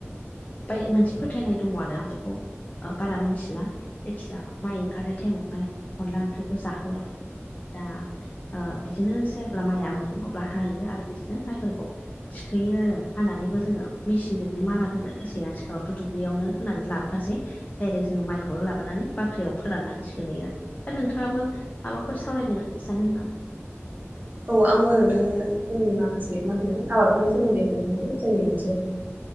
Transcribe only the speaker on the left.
उमफाय मोनसे फोथायनाय दङ आरो आं बेखौ बारा मिथिला जायखिजाया माइ ओंखारनाय टाइमावहाय अनला ओंख्रिखौ जाहोआ। दा ओ बिदिनो जेब्ला माइआ मोनो अब्ला हायो आरो बिदिनो माइफोरखौ थिखोयो आरो हानानैबो जोङो मेसिनजोंनो मारा होनो हासै आथिखालावथ' दुब्लियावनो होनानै लाबो सै डाइरेक जोंङो माइखौ खौ लाबोनानै बाख्रियाव फोराननानै सोहैयो आरो। दा नोंथाङाबो माबाफोर सावरायनो सानदों नामा?